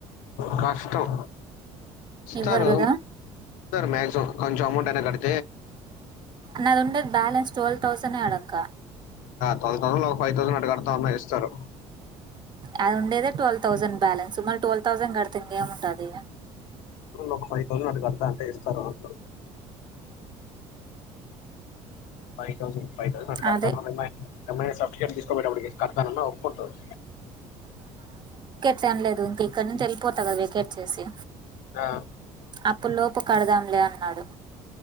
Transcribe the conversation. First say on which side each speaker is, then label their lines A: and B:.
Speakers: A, on the left (about 80°); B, on the right (about 35°).
A: కా ఇష్టం స్ర్స్తర్
B: ఇవ్వరు కదా
A: మక్సిమం కొంచం అౌంట్ ఎ కండి
B: నాది ఉండేది బ్యాలెన్స్టోల్ టౌసన్ అడక్క
A: తౌ ఒక ఫైవ్ థౌసండ్ అట్ కడతాన్నా ఇస్తారు
B: అది ఉండేదే ట్వల్ తౌజండ్ బ్యాలెన్స్ మళ్ళీ ట్వెల్వ్ తౌజండ్ కడితంది ఏముంటుంది
A: ఒకైవ్ౌజం అ కడా అంట తర్వాత ఫైవ్ థౌసండ్ ఫైవ్ థౌసండ్ ఆట కడతాన
B: అదే
A: M I M I certificate తీసుకోబోయేటప్పటికి కర్డతానన్న ఒప్పుకుంటావ్
B: చన్లేదు ఇంక ఇక్కడి నుంచి వెళిపోతా కదా వెేకేట్ చేసి
A: ఆ,
B: అప్పులోపు కడదాంలే అన్నాడు